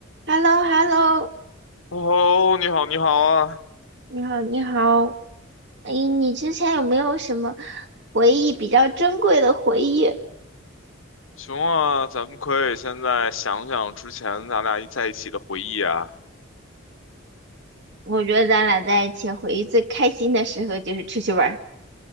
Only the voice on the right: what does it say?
h e l l o h e l l o
你好，你好。哎，你之前有没有什么回忆比较珍贵的回忆？
我觉得咱俩在一起回忆最开心的时候就是出去玩儿。